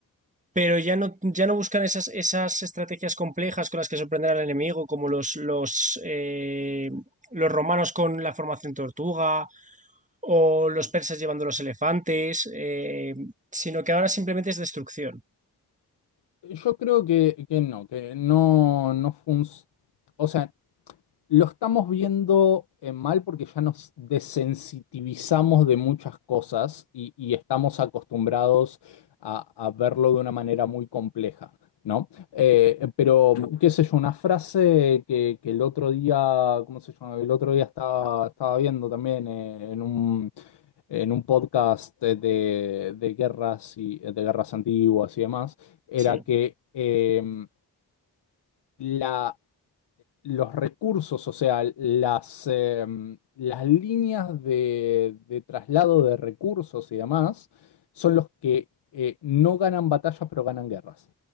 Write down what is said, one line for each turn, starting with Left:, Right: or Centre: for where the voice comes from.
Right: pero ya no, ya no buscan esas, esas estrategias complejas con las que sorprender al enemigo, como los, los, eh, los romanos con la formación tortuga o los persas llevando los elefantes, eh, sino que ahora simplemente es destrucción.
Left: yo creo que, que no, que no, no funciona. O sea, Lo estamos viendo eh, mal porque ya nos desensitivizamos de muchas cosas y, y estamos acostumbrados a, a verlo de una manera muy compleja, ¿no? Eh, pero, qué sé yo, una frase que, que el otro día, ¿cómo se llama? El otro día estaba, estaba viendo también eh, en un, en un podcast de, de- guerras y de guerras antiguas y demás, era
Right: Sí,
Left: que eh, la los recursos, o sea, las, eh, las líneas de, de traslado de recursos y demás, son los que eh, no ganan batallas, pero ganan guerras.